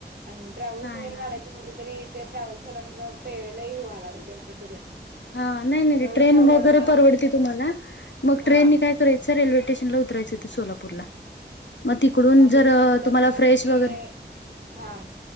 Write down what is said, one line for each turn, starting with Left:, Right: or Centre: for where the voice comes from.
Right: आणि ट्रॅव्हल्स
Left: नाही
Right: वगैरे
Left: नाही.
Right: काढायचे म्हणले तरी ते ट्रॅव्हल्सवाल्यांना पेलाही ह्यावा लागल त्यांचं बजेट
Left: हा नाही नाही नाही
Right: एवढं
Left: ट्रेन
Right: परवडना
Left: वगैरे परवडते तुम्हाला मग
Right: हा
Left: ट्रेननी काय करायचं र रेल्वे्टेशनला उतरायचं हो तें सोलापूरला मग तिकडून
Right: तिथनं
Left: जर
Right: पुढं
Left: तुम्हाला
Right: मग
Left: फ्रेश
Right: त्यांनी
Left: वगैरे
Right: हा